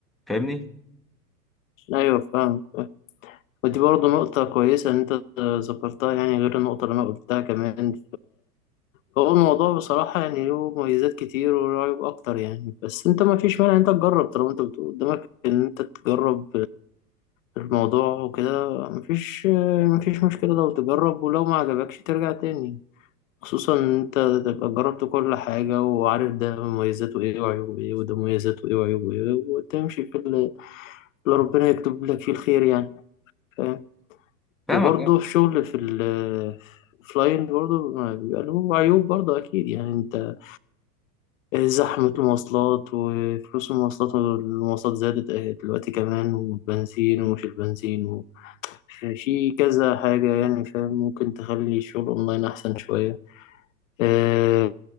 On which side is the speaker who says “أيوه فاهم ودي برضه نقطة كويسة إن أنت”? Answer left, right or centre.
Left